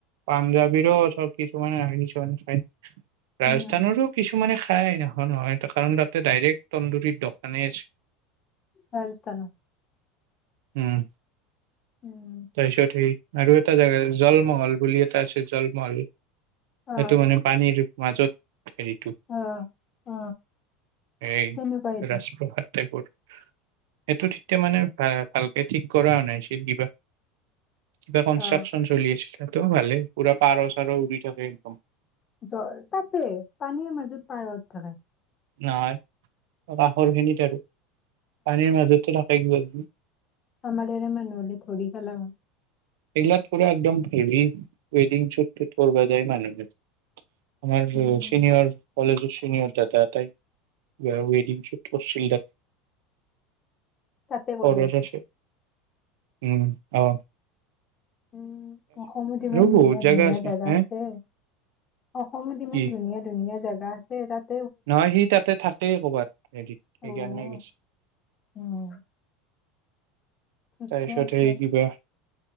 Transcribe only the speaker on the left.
উম
ৰাজস্থানত
উম।
অ
অ অ
কেনেকুৱা এইটো
অ',
জৰ তাতে, পানীৰ মাজত পাৰ থাকে
আমাৰৰে মানুহ হ'লে ধৰি খালা হ
উম।
তাতে
কৰিব গৈছে।
উম, অসমত ইমান ধুনীয়া-
ধুনীয়া জেগা
আছে, অসমত ইমান
ধুনীয়া- ধুনীয়া জেগা আছে সেই তাত
অ',
উম, ঠিকে
আছে।